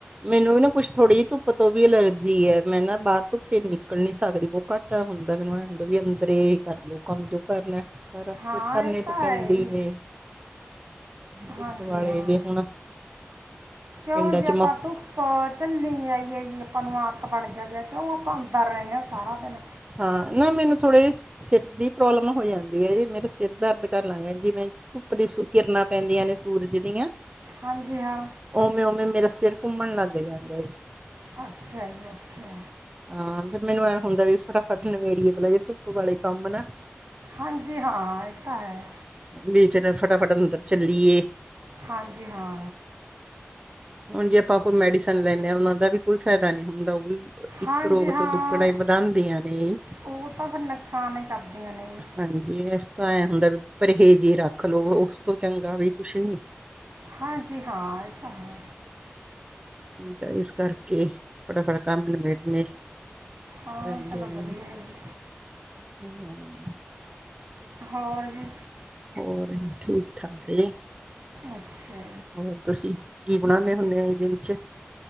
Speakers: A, on the right (about 25°); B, on the right (about 75°).
A: ਮੈਨੂੰ ਵੀ ਨਾ ਕੁੱਛ ਥੋੜੀ ਜਿਹੀ ਧੁੱਪ ਤੋਂ ਵੀ ਅਲਰਜੀ ਹੈ ਮੈਂ ਨਾ ਬਾਹਰ ਧੁੱਪੇ ਨਿਕਲ ਨੀ ਸਕਦੀ ਬਹੁਤ ਘੱਟ ਘੱਟ ਹੁੰਦਾ ਮੈਨੂੰ ਐ ਹੁੰਦਾ ਵੀ ਅੰਦਰ ਕਰਲੋ ਕੰਮ ਜੋ ਕਰਨਾ ਪਰ
B: ਹਾਂ
A: ਫਿਰ ਕਰਨੇ
B: ਇਹ ਤਾਂ
A: ਤੇ ਪੈਂਦੇ
B: ਹੈ ਜੀ
A: ਹੀ ਨੇ ਧੁੱਪ
B: ਹਾਂਜੀ
A: ਵਾਲੇ
B: ਹਾਂ
A: ਵੀ ਹੁਣ
B: ਕਿਉਂ
A: ਪਿੰਡਾਂ
B: ਜੇ
A: ਚ
B: ਆਪਾਂ
A: ਮ
B: ਧੁੱਪ ਝੱਲੀ ਨਹੀਂ ਹੈਗੀ ਜੀ ਆਪਾਂ ਨੂੰ ਆਦਤ ਬਣ ਜਾਦੇ ਕਿਉਂ ਆਪਾਂ ਅੰਦਰ ਰਹਿੰਦੇ ਹਾਂ ਸਾਰਾ ਦਿਨ
A: ਹਾਂ ਨਾ ਮੈਨੂੰ ਥੋੜ੍ਹੇ ਸਿਰ ਦੀ ਪ੍ਰੋਬਲਮ ਹੋ ਜਾਂਦੀ ਹੈ ਜੇ ਮੇਰਾ ਸਿਰ ਦਰਦ ਕਰਨ ਲੱਗ ਜਾਂ ਜਿਵੇਂ ਧੁੱਪ ਦੀ ਕਿਰਨਾਂ ਪੈਂਦੀਆਂ ਨੇ ਸੂਰਜ ਦੀਆਂ
B: ਹਾਂਜੀ ਹਾਂ
A: ਉਵੇਂ ਉਵੇਂ ਮੇਰਾ ਸਿਰ ਘੁੰਮਣ ਲੱਗ ਜਾਂਦਾ ਏ ਜੀ
B: ਅੱਛਾ ਜੀ ਅੱਛਾ
A: ਹਾਂ ਫਿਰ ਮੈਨੂੰ ਇਹ ਹੁੰਦਾ ਫਟਾਫਟ ਨਵੇੜੀਏ ਪਹਿਲਾ ਜਿਹੇ ਧੁੱਪ ਵਾਲੇ ਕੰਮ ਨਾ
B: ਹਾਂਜੀ ਹਾਂ ਇਹ ਤਾਂ ਹੈ
A: ਵੀ ਚਲੋ ਫਟਾਫਟ ਅੰਦਰ ਚੱਲੀਏ
B: ਹਾਂਜੀ ਹਾਂ
A: ਹੁਣ ਜੇ ਆਪਾਂ ਕੋਈ ਮੈਡੀਸਨ ਲੈਂਦੇ ਹਾਂ ਉਹਨਾਂ ਦਾ ਵੀ ਕੋਈ ਫਾਇਦਾ ਨਹੀਂ ਹੁੰਦਾ ਉਹ ਵੀ ਇੱਕ
B: ਹਾਂਜੀ
A: ਰੋਗ
B: ਹਾਂ
A: ਤੋਂ ਦੁੱਗਣਾ ਹੀ ਵਧਾਉਂਦੀਆਂ ਨੇ
B: ਉਹ ਤਾਂ ਫਿਰ ਨੁਕਸਾਨ ਹੀ ਕਰਦੀਆਂ ਨੇ ਜੀ।
A: ਹਾਂਜੀ ਤਾਂ ਐਂ ਹੁੰਦਾ ਵੀ ਪਰਹੇਜ਼ ਹੀ ਰੱਖ ਲੋਓ, ਉਸ ਤੋਂ ਚੰਗਾ ਵੀ ਕੁਛ ਨੀ
B: ਹਾਂਜੀ ਹਾਂ ਇਹ ਤਾਂ ਹੈ
A: ਤਾਂ ਇਸ ਕਰਕੇ ਫਟਾਫਟ ਕੰਮ ਨ ਲਮੇਟ ਨੇ
B: ਹਾਂ
A: ਪੈਂਦੇ
B: ਚਲੋ
A: ਨੇ,
B: ਵਧੀਆ ਜੀ
A: ਏ ਤਾਂ ਹੈ
B: ਹੋਰ ਜੀ
A: ਹੋਰ ਠੀਕ ਠਾਕ‌ ਏ
B: ਅੱਛਾ
A: ਹੋਰ ਤੁਸੀਂ ਕੀ ਬਣਾਉਨੇ ਹੁੰਨੇ ਹੋ ਇਨਦੇ ਚ